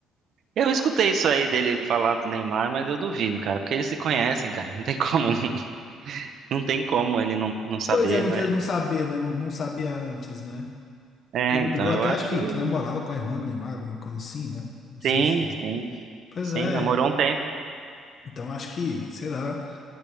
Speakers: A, on the right (about 50°); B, on the left (about 40°).
A: Eu escutei isso aí dele falar do Neymar, mas eu duvido, cara, porque eles se conhecem, cara. Não tem como, <laughs> não tem como ele não, não saber,
B: Pois é, não,
A: né?
B: ter, não saber, né, não, não sabia antes, né?
A: É,
B: O
A: então
B: Gabigol até
A: eu acho.
B: acho que, que namorava com a irmã do Neymar, alguma coisa assim, né? Não sei
A: Sim,
B: se...
A: sim.
B: Pois
A: Sim,
B: é,
A: namorou um tempo.
B: então acho que, sei lá,